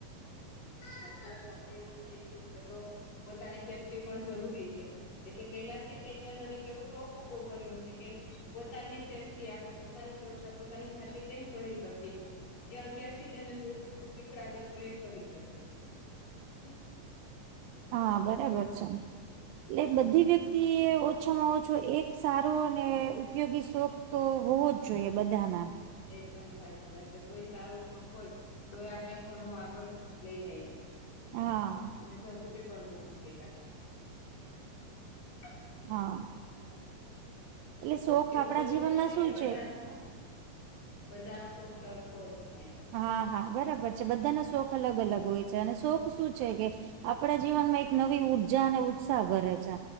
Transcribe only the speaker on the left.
આજ કાલ સમય એવો થઈ ગયો છે, તો પોતાની સેફ્ટી પણ જરૂરી છે. એટલે પેલા થી જ એની અંદર એક એવો શોખ ઉભો કર્યો છે કે, પોતાની સેફ્ટી આપણે પોતાની સુરક્ષા પોતાની જાતે કેમ કરી શકીએ. એ અત્યારથી જ એને થોડું થોડું શિખડાવે તો એ કરી શકે. <inaudible>
એકદમ સાચી વાત છે, કોઈ સારો શોખ હોય તો એ આપને ઘણું આગળ લઈ જાય છે.
અને જરૂરી પણ બહુ છે એ આપડા માટે.
<inaudible>
એવું
જરૂરી
નથી
કે બધા
નહ, બધાનો શોખ સર ખોજ હોય.